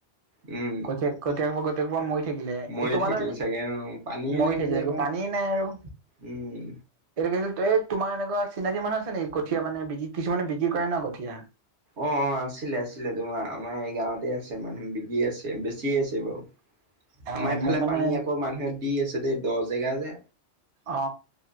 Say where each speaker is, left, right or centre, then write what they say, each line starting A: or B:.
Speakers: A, on the right; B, on the right.
A: উম
B: ক কথ আ ম কোবা মৰি থাকিলে
A: মৰি
B: তোমাৰ
A: থাকিল
B: আৰু এনে
A: চাগে অ পানীয়ে
B: মৰি
A: নাই
B: থাকিলে
A: যে এবাৰ
B: এক পানী নাই আৰু
A: উম
B: এইটো কছিল ত এই তোমাৰ এনেকুৱা চিনাকি মানুহ আছেেকি কঠীয়া মানে বিক কিছুমানে বিক্ৰী কৰে ন কঠীয়া
A: অ অ আছিলে আছিলে তোমাৰ আমাৰ এই গাঁৱতে আছে মানুহ বিকি আছেে চিয় আছে বাৰু
B: অ
A: আমাৰ এইফালে
B: মোক মানে
A: পানী আকৌ মানুহে দি আছে দেই দহ জেগা যে
B: অ